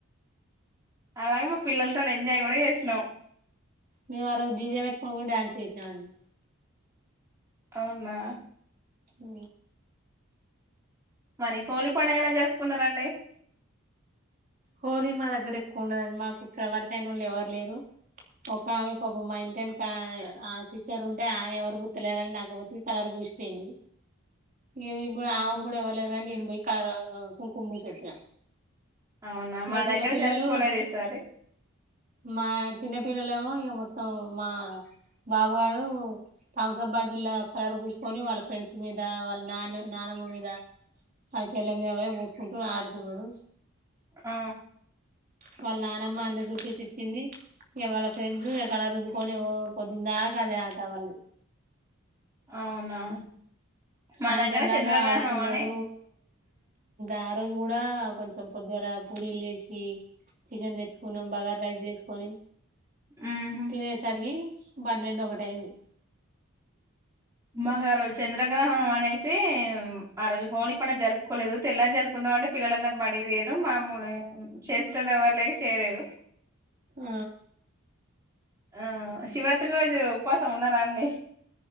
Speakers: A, on the right; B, on the right.
A: అలాగే మా పిల్లలతో ఎంజాయ్ కూడా చేసినాం
B: మేము ఆ రజు దీజే పెట్టుకని డాన్స్ చేసామండి
A: అవునా
B: ఉ
A: మరి హోలీ పండుగ ఎలా జరుపుకునరండి
B: హోలీ మా దగ్గర ఎక్కువ ఉండదండి మాకు ఇక్కడ వరసన వాళ్ళు ఎవరు లేరు ఒక ఆమె పాపం ఇంటనికి ఆ సిస్టర్ ఉంటే ఆమె ఎవరు పితలేరని నాకు వచ్చ కలర్ పూసి పోయింది ఇ కూడా
A: అవును
B: ఆమెకు కూడా ఎవరు లేరని నేను పోయి కలర్ కుంకుమ పోసివచ్చిన
A: అవునా
B: ఇక
A: మా
B: చిన్నపిల్లలు
A: దగ్గర జరుపుకోలేదు ఈసారి
B: మా చిన్నపిల్లలు ఏమో ఇంక మొత్తం మా బాబు గడు థంబ్ అప్ బార్డల కలర్ పూసుకొని వాళ్ళ ఫ్రెండ్స్ మీద వాళ్ళ నాన్న నాన్న మ్ మీద వల్ల చెల్లి మీద పోసుకుంటూ ఆడుకున్నాడు
A: ఆ
B: వాళ్ళ నానమ్మ హండ్రెడ్ రూపీస్ ఇచ్చింది ఇవాళ ఫ్రెండ్స్ కలర్ పూసుకొని పొద్దుందాకా అదే ఆట వాళ్ళు
A: అవునా
B: సాయంత్రం
A: మా దగ్గర
B: దాకా
A: చంద్రగ్రహణం
B: ఆడుకున్నారు
A: అని
B: ఆ రోజు ది కూడా కొంచెం పొద్దుగల పూరీలు చేసి చికెన్ తెచ్చుకున్నాం బగార్ రైస్ చేసుకొని
A: ఉహు
B: తినేసరికి పన్నెండు ఒకటియింది
A: మాకు ఆ రోజు చంద్రగ్రహణం అనేసి అయితే ఆ రోజు హోలీ పండగ జరుపుకోలేదు తెల్లని జరుపుకుందాం అంటే పిల్లలు అందరూ బడికి పోయిరు మామ్మలు చేసేటలు ఎవరు లేక చేయలేదు
B: ఆ
A: ఆ శివరాత్రి రోజు ఉపావాసం ఉన్నారాండి